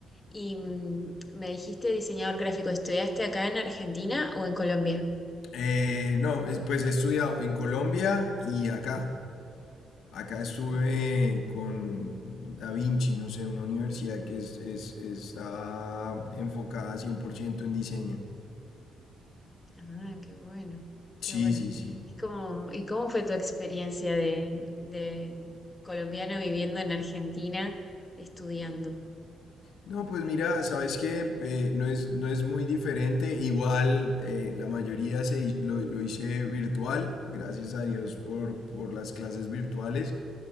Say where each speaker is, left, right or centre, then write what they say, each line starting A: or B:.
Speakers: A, on the left; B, on the left.
A: Y mm, me dijiste diseñador gráfico, ¿estudiaste acá en Argentina o en Colombia?
B: Eh, no, es- pues he estudiado en Colombia y acá. Acá estuve
A: Ah,
B: con Da Vinci, no sé, una universidad que es, es- está enfocada 100% en diseño.
A: ah, qué bueno,
B: Sí,
A: qué bueno.
B: sí,
A: Es
B: sí.
A: como, ¿y cómo fue tu experiencia de, de colombiano viviendo en Argentina estudiando?
B: No, pues mira, sabes que eh, no es, no es muy diferente. Igual eh, la mayoría se, hi- lo, lo hice virtual, gracias a Dios por, por las clases virtuales,